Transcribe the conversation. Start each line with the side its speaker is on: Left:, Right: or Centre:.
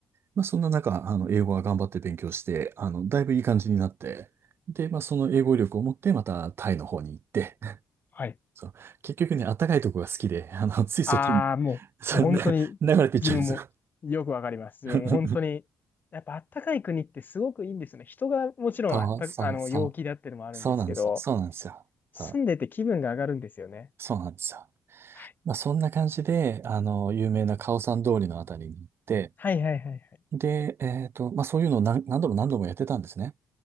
Right: まあ、そんな中、あの、英語は頑張って勉強して、あの、だいぶいい感じになって、で、まあ、その英語力を持って、またタイの方に行って、<laughs>
Left: はい。
Right: そう、結局ね、あったかいとこが好きで、あの、ついそっちに、
Left: ああ、もう、
Right: <laughs> そう、
Left: もう本当に、
Right: な流れていっちゃうんですよ。
Left: 自分もよくわかります。
Right: <laughs>
Left: 自分も本当に、やっぱあったかい国ってすごくいいんですよね。人がもちろんあった、
Right: そう、そう、
Left: あの、
Right: そ
Left: 陽気だってのもあるんですけど、
Right: う、そうなんですよ、そうなんですよ、
Left: 住んでて気分が上がるんですよね。
Right: そう、そうなんですよ。
Left: はい。
Right: まあ、そんな感じで、あの、有名なカオさん通りのあたりに行って、
Left: はいはいはいはい。
Right: で、えっと、まあ、そういうのを何、何度も何度もやってたんですね。